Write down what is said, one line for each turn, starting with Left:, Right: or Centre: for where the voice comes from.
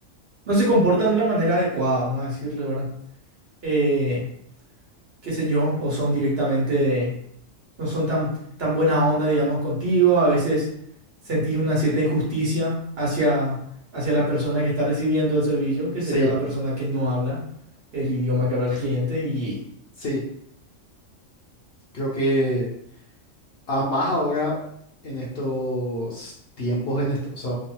Right: no se comportan de la manera adecuada, vamos a decirle, ¿verdad? eh, qué sé yo, o son directamente de, no son tan, tan buena onda, digamos, contigo, a veces sentís una cierta injusticia hacia, hacia la persona que está recibiendo el servicio, que sería
Left: Sí,
Right: la persona que no habla el idioma que habla el cliente, y
Left: sí, creo que a más ahora en estos tiempos, en est- o sea,